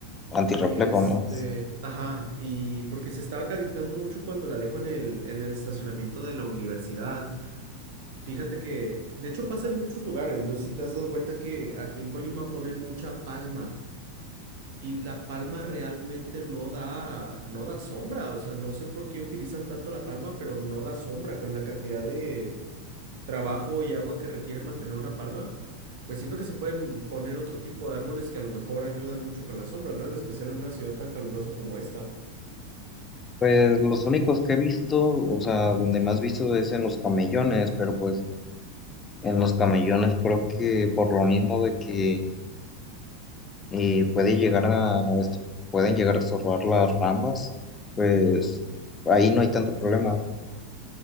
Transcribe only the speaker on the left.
Antirreflejo,
¿no?
Pues los únicos que he visto, o sea, donde más visto es en los camellones, pero pues en los camellones creo que por lo mismo de que eh, puede llegar a, no, est- pueden llegar a estorbar las ramas, pues ahí no hay tanto problema.